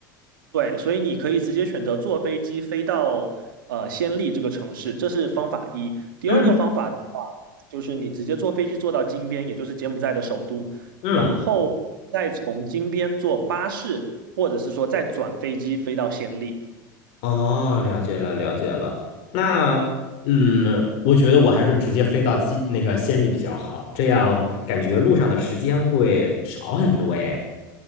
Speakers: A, on the right (about 90°); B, on the left (about 60°).
A: 对，所以你可以直接选择坐飞机飞到呃暹粒这个城市，这是方法一。第二个方法的话，
B: 嗯
A: 就是你直接坐飞机坐到金边，也就是柬埔寨的首都，
B: 嗯，
A: 然后再从金边坐巴士，或者是说再转飞机飞到暹粒。
B: 哦，了解了了解了，那嗯，我觉得我还是直接飞到西那个县里比较好，这样感觉路上的时间会少很多诶。